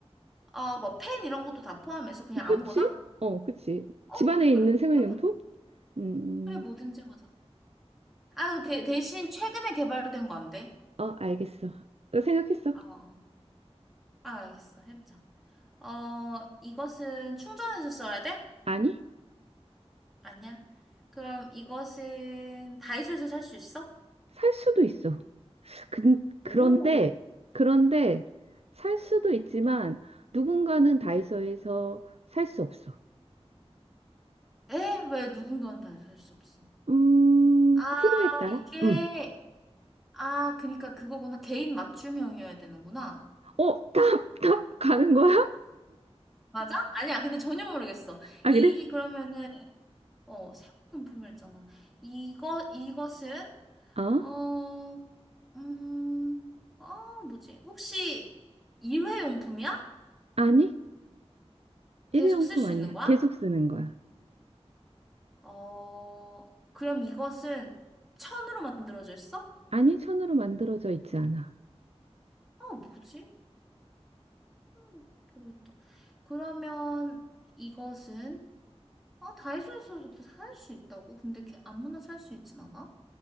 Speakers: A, in the centre; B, on the right.
A: 아, 뭐펜 이런 것도 다 포함해서 그냥
B: 그치?
A: 아무거나?
B: 어, 그치.
A: 어
B: 집안에
A: 그래
B: 있는
A: 그래
B: 생활용품?
A: 해보자.
B: 음,
A: 그래 뭐든지 보자 아 대, 대신 최근에 개발된 거 안 돼?
B: 어, 알겠어. 나 생각했어.
A: 아 아, 알겠어. 해보자. 어, 이것은 충전해서 써야 돼?
B: 아니?
A: 아니야. 그럼 이것은 다이소에서 살 수 있어?
B: 살 수도 있어. 그,
A: 오.
B: 그런데, 그런데 살 수도 있지만 누군가는 다이소에서 살 수 없어.
A: 에? 왜 누군가는 다이소 살수 없어?
B: 음,
A: 아,
B: 필요에 따라?
A: 이게,
B: 음.
A: 아, 그니까 그거구나. 개인 맞춤형이어야 되는구나.
B: 어, 답, 답 가는 거야?
A: 맞아? 아니야. 근데 전혀 모르겠어.
B: 아,
A: 이,
B: 그래?
A: 그러면은, 어, 생활용품이었잖아. 이거, 이것은,
B: 어?
A: 어, 음, 어, 뭐지? 혹시 일회용품이야?
B: 아니, 일회용품
A: 계속 쓸 수
B: 아니야.
A: 있는 거야?
B: 계속 쓰는 거야.
A: 어, 그럼 이것은 천으로 만들어져 있어?
B: 아니, 천으로 만들어져 있지 않아.
A: 어, 뭐지? 음, 모르겠다. 그러면 이것은 어, 다이소에서도 살 수 있다고? 근데 걔 아무나 살 수 있진 않아?